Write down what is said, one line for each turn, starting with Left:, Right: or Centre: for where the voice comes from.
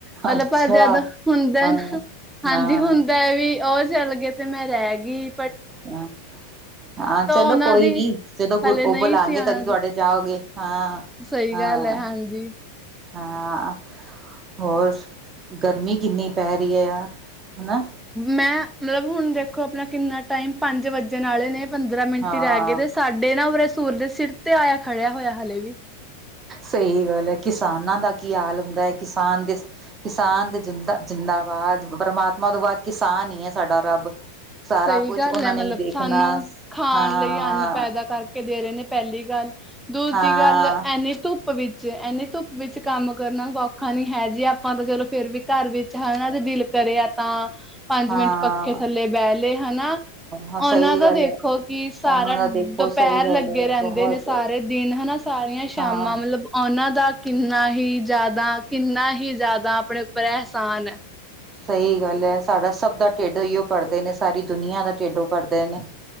Centre: <unintelligible>
Right: ਅੱਛਾ
Centre: ' ਜਦ ਹੁੰਦਾ ਐ
Right: ਹਾਂ
Centre: ਨਾ, ਹਾਂਜੀ,
Right: ਹਾਂ
Centre: ਹੁੰਦਾ ਐ ਵੀ ਓ ਚੱਲ ਗਏ, ਤੇ ਮੈਂ ਰਹਿਗੀ।
Right: ' <inaudible> ' ਹਾਂ, ਚਲੋ
Centre: ਉਹਨਾਂ
Right: ਕੋਈ
Centre: ਦੀ
Right: ਨੀ, ਜਦੋਂ ਗੁਰ
Centre: ਹਲੇ
Right: ਓ
Centre: ਨਹੀਂ
Right: ਬੁਲਾਣਗੇ,
Centre: ਸੀ ਆਣਾ
Right: ਤਦੀ
Centre: ਦੀ
Right: ਤੁਹਾਡੇ ਜਾਓਗੇ ਹਾਂ,
Centre: ਸਹੀ
Right: ਹਾਂ।
Centre: ਗੱਲ ਹੈ ਹਾਂਜੀ
Right: ਹਾਂ, ਹੋਰ ਗਰਮੀ ਕਿੰਨੀ ਪੈ ਰਹੀ ਐ, ਹੈਨਾ।
Centre: ਮੈਂ ਮਤਲਬ ਹੁਣ ਦੇਖੋ ਆਪਣਾ ਕਿੰਨਾ ਟਾਈਮ ਪੰਜ ਵੱਜਣ ਵਾਲੇ ਨੇ ਪੰਦਰਾਂ ਮਿੰਟ
Right: ਹਾਂ
Centre: ਹੀ ਰਹਿ ਗਏ ਸਾਡੇ ਨਾ ਉਰੇ ਸੂਰਜ ਸਿਰ ਤੇ ਆਇਆ ਖੜਿਆ ਹੋਇਆ ਹਲੇ ਵੀ।
Right: ਸਹੀ ਗੱਲ ਹੈ ਕਿਸਾਨਾਂ ਦਾ ਕੀ ਹਾਲ ਹੁੰਦਾ ਐ। ਕਿਸਾਨ ਦੇ ਕਿਸਾਨ ਦੇ ਜ਼ਿੰਦਾ, ਜ਼ਿੰਦਾਬਾਦ। ਪਰਮਾਤਮਾ ਤੋਂ ਬਾਅਦ ਕਿਸਾਨ ਈ ਐ ਸਾਡਾ ਰੱਬ। ਸਾਰਾ
Centre: ਸਹੀ
Right: ਕੁਛ
Centre: ਗੱਲ
Right: ਉਹਨਾਂ ਨੇ
Centre: ਮਤਲਬ,
Right: ਹੀ ਦੇਖਣਾ
Centre: ਸਾਨੂੰ ਖਾਣ
Right: ਹਾਂ
Centre: ਲਈ ਅੰਨ ਪੈਦਾ ਕਰ ਕੇ ਦੇ ਰਹੇ ਨੇ ਪਹਿਲੀ ਗੱਲ। ਦੂਜੀ
Right: ਹਾਂ
Centre: ਗੱਲ ਐਨੀ ਧੁੱਪ ਧੁੱਪ ਵਿੱਚ, ਐਨੀ ਧੁੱਪ ਵਿੱਚ ਕੰਮ ਕਰਨਾ ਸੌਖਾ ਨੀ ਹੈ ਜੀ। ਆਪਾਂ ਤਾਂ ਚਲੋ ਫੇਰ ਵੀ ਘਰ ਵਿੱਚ ਹਨਾ ਦਿਲ ਕਰਿਆ ਤਾਂ, ਪੰਜ
Right: ਹਾਂ
Centre: ਮਿੰਟ ਪੱਖੇ ਥੱਲੇ ਬਹਿ ਲਏ। ਹਨਾ?
Right: ਹਾਂ ਸਹੀ
Centre: ਉਹਨਾਂ ਦਾ
Right: ਗੱਲ
Centre: ਦੇਖੋ
Right: ਹੈ
Centre: ਕਿ ਸਾਰਾ
Right: ਉਹਨਾਂ ਦਾ ਦੇਖੋ
Centre: ਦੁਪਹਿਰ
Right: ਸਹੀ ਗੱਲ
Centre: ਲੱਗੇ
Right: ਹੈ
Centre: ਰਹਿੰਦੇ
Right: ਬਹੁਤ
Centre: ਨੇ। ਸਾਰੇ ਦਿਨ ਹਨਾ ਸਾਰੀਆਂ ਸ਼ਾਮਾਂ
Right: ਹਾਂ
Centre: ਮਤ ਮਤਲਬ ਉਹਨਾਂ ਦਾ ਕਿੰਨਾ ਹੀ ਜ਼ਿਆਦਾ, ਕਿੰਨਾ ਹੀ ਜ਼ਿਆਦਾ ਆਪਣੇ ਉੱਪਰ ਅਹਿਸਾਨ ਹੈ
Right: ਸਹੀ ਗੱਲ ਐ। ਸਾਡਾ ਸਭ ਦਾ ਢਿੱਡ ਇਹੀਓ ਪੜਦੇ ਨੇ। ਸਾਰੀ ਦੁਨੀਆਂ ਦਾ ਢਿੱਡੋਂ ਪੜਦੇ ਨੇ।